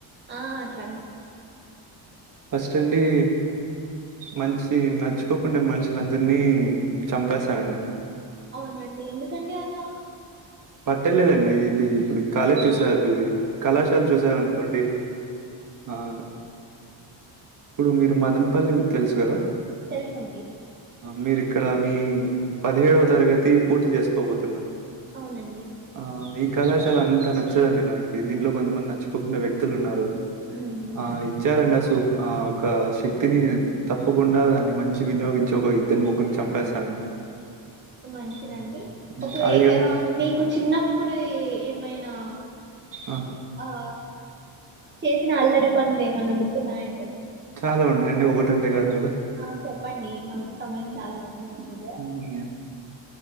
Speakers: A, on the right; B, on the right.
A: ఆ అట్లాండి
B: ఫస్ట్ అండి మంచి నచ్చుకోకుండా మనుషులందరినీ చంపేస్తానండి
A: ఆ అవునండి ఎందుకండి అలా
B: పట్టలేదండి ఇది ఇప్పుడు కాలేజ్ చూసారు ది కళాశాల చూసార అనుకోండి ఆవును ఇప్పుడు మీరు మదనపల్లి మీకు తెలుసు కదా
A: తెలుసండి
B: మీరి ఇక్కడ మీ పదిహేడవ తరగతి పూర్తి చేసుకోబోతున్నారు
A: అవునండి
B: ఆ ఈ కళాశాల అంతా నచ్చదండి నాకి దీంట్లో కొంతమంది నచ్చుకోకుండా వ్యక్తులు ఉన్నారు
A: ఉమ్,
B: ఆ ఇచ్చారంట సూప్ ఆ ఒక శక్తిని తప్పకుండా దాన్ని మంచి వినియోగించి ఒక ఇద్దరిని ముగ్గురిని చంపేస్తారండి
A: మంచిదండి
B: హ్మ్. హ్మ్.
A: ఒకవే
B: అది కాదు
A: ఆ మీకు చిన్నప్పుడు ఏమైనా
B: ఆ
A: ఆ చేసిన అల్లరి పనులు ఏమన్న గుర్తున్నాయండి
B: చాలా ఉన్నాయండి ఒకటంటే కాదు కదా
A: ఆ చెప్పండి మాకు సమయం చాలా ఉంది మన దగ్గర
B: హ్మ్.